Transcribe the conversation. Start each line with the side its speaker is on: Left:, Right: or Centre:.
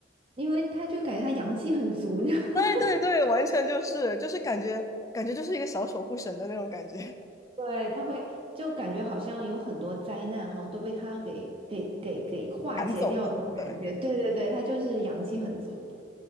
Right: 因为他就感觉他阳气很足，<laughs> 你知道吗
Left: 对对对，完全就是就是感觉感觉就是一个小守护神的那种感觉，
Right: 对，他会就感觉好像有很多灾难，好像都被他给给给给化解掉那种感觉。
Left: <laughs> 赶走了。对，
Right: 对对对，他就是阳气很足。